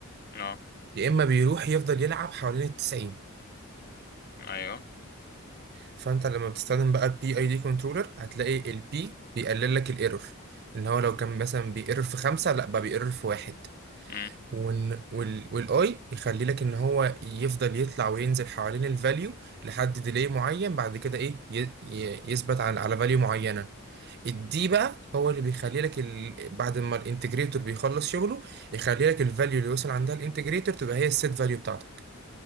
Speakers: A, on the left; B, on the right.
A: اه
B: يا اما بيروح يفضل يلعب حوالين ال 90
A: ايوه
B: فانت لما بتستخدم بقى البي اي دي كنترولر هتلاقي البي بيقلل لك الايرور ان هو لو كان مثلا بيقرر في خمسة لا بقى بيقرر في واحد
A: مم.
B: وال وال والاي يخلي لك ان هو يفضل يطلع وينزل حوالين الفاليو لحد ديلي معين بعد كده ايه ي- ي- يثبت على على فاليو معينه الدي بقى هو اللي بيخلي لك ال... بعد ما الانتجريتور بيخلص شغله يخلي لك الفاليو اللي وصل عندها الانتجريتور تبقى هي السيت فاليو بتاعتك